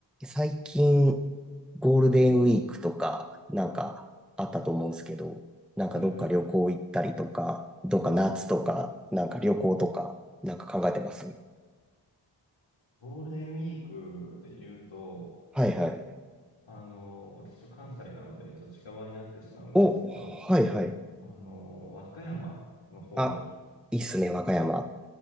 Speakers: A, in the centre; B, on the left.
A: 最近、ゴールデンウィークとか、
B: はい。
A: なんかあったと思うんですけど、なんかどっか旅行行ったりとか、
B: はいはい。
A: どっか夏とか、なんか旅行とか、なんか考えてます
B: ゴールデンウィークで言うと、
A: はいはい。
B: あの、私は関西なので、ちょっと近場になってしまうんですけど、
A: お、はいはい。
B: あの、和歌山の方に、
A: あ、いいっすね、和歌山。